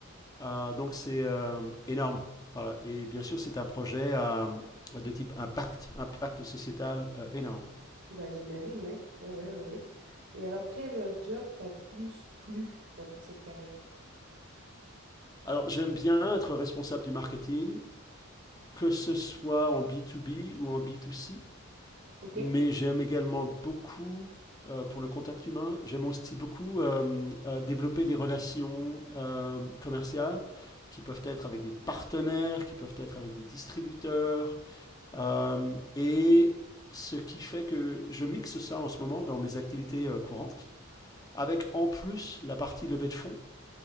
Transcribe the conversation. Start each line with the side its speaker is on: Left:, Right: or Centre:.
Left: Euh, donc c'est euh, énorme. Voilà. Et bien sûr, c'est un projet euh, de type impact, impact sociétal euh, énorme.
Right: Bah, j'imagine, ouais. Ouais, ouais, ouais, ouais. Et alors, quel euh, job t'a plus plu dans toute cette carrière?
Left: Alors j'aime bien être responsable du marketing, que ce soit en B2B ou en B2C.
Right: Ok.
Left: mais j'aime également beaucoup, euh, pour le contact humain, j'aime aussi beaucoup euh, euh, développer des relations euh, commerciales qui peuvent être avec des partenaires, qui peuvent être avec des distributeurs. Euh, et ce qui fait que je mixe ça en ce moment dans mes activités euh, courantes, avec en plus la partie levée de fonds